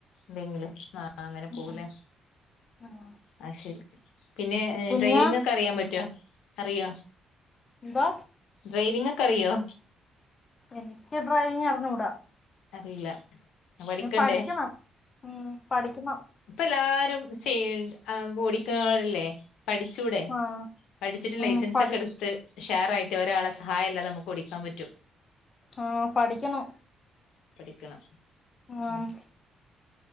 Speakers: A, on the left; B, on the left.
A: ണ്ടെങ്കില് അ അങ്ങനെ പോവുലേ
B: ഉം ഉം
A: ആ ശരി. പിന്നേ
B: പിന്നെ
A: ഡ്രൈവിംഗ്ക്കെ അറിയാൻ പറ്റോ അറിയോ?
B: എന്തോ
A: ഡ്രൈവിംഗ് ക്കറിയോ?
B: എനിക്ക് ഡ്രൈവിങ്ങ് അറിഞ്ഞുടാ.
A: അറിയില്ല പഠിക്കണ്ടേ?
B: പഠിക്കണം ഉം പഠിക്കണം
A: ഇപ്പയെല്ലാരും സ് ഏൾണ്ട് ആഹ് ഓടിക്കേറെല്ലേ? പഠിച്ചൂടെ?
B: ആഹ്
A: പഠിച്ചിട്ട്
B: ഉം
A: ലൈസൻസ്ക്കെ
B: പഠി
A: എടുത്ത്. ഉഷാറായിട്ട് ഒരാളെ സഹായം ഇല്ലാതെ നമ്മ്ക്ക് ഒടിക്കാൻ പറ്റും
B: ആ പഠിക്കണം.
A: ക്ക്ണം
B: ആഹ്
A: ഉം